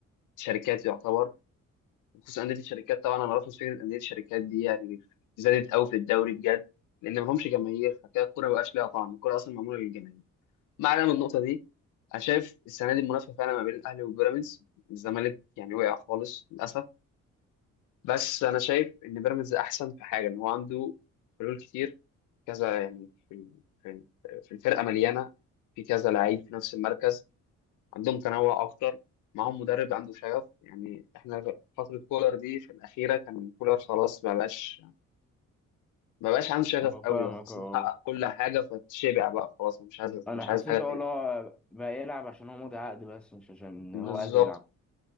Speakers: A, on the left (about 85°); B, in the centre.
A: شركات يعتبر بخصوص انديه الشركات طبعا انا رافض فكره انديه الشركات دي يعني زادت قوي في الدوري بجد لان ما همش جماهير فكده الكوره ما بقاش ليها طعم الكوره اصلا معموله للجماهير ما علينا من النقطه دي انا شايف السنه دي المنافسه فعلا ما بين الاهلي وبيراميدز الزمالك يعني وقع خالص للاسف بس انا شايف ان بيراميدز احسن في حاجه ان هو عنده حلول كتير كذا يعني في ال- في ال- في الفرقه مليانه في كذا لعيب في نفس المركز عندهم تنوع اكتر معاهم مدرب عنده شغف يعني احنا فتره كولر دي في الاخيره كان كولر خلاص ما بقاش ما بقاش عنده شغف
B: اه
A: قوي
B: فاهمك
A: وحاسس
B: اه
A: انه حقق كل حاجه فتشبع بقى خلاص مش عايز
B: انا
A: مش عايز
B: حسيته
A: حاجه تاني
B: اه لا بقى يلعب عشان هو مضي عقد بس مش عشان
A: بالظبط
B: هو عايز يلعب